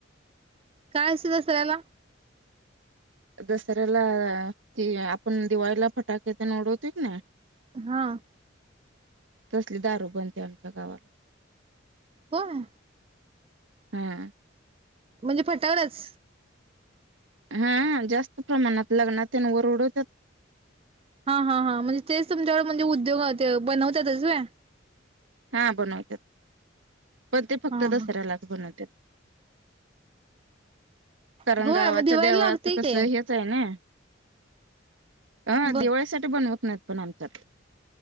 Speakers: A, on the right; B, on the right.
A: काय असतं दसऱ्याला.
B: दसऱ्याला, ते आपण दिवाळीला फटाके पण उडतोय की नी
A: हा.
B: तसली दारू बनते आमच्या गावात.
A: होय.
B: हम्म.
A: म्हणजे फटाकड्याचं.
B: हू, जास्त प्रमाणात, लग्नात तेन वर उडवतात
A: हा हा हा, म्हणजे तेच तुमच्याकडं, म्हणजे उद्योग हाय ते बनवत्यातच व्हय?
B: हा बनवतेत. पण ते फक्त
A: हा
B: दसऱ्यालाच
A: हा
B: बनवतेत. कारण
A: होय
B: गावाच्या
A: मग दिवाळीला
B: देवाचं
A: लागतय
B: कसं
A: की
B: हे -च ए ना? हा
A: बर
B: दिवाळीत साठी बनवत नाहीत पण आणतात.